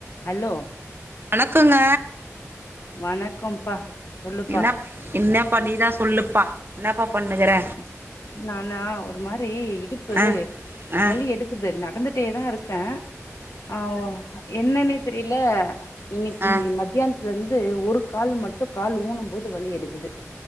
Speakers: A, on the left; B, on the right.
A: Hello
B: வணக்கங்க
A: வணக்கம்ப்பா சொல்லுப்பா
B: என்ன என்னப்பா நீதா சொல்லுப்பா என்னப்பா பண்ணிணுக்கற
A: ம் நானா ஒரு மாரி இடுப்பு
B: ஆ ஆ
A: வலி எடுக்குது நடந்துட்டேதா இருக்கே ஆ என்னன்னே தெரியல இன்னக்கி
B: ஆ
A: மத்தியானத் துல இருந்து ஒரு கால் மட்டு கால் ஊனும் போது வலி எடுக்குது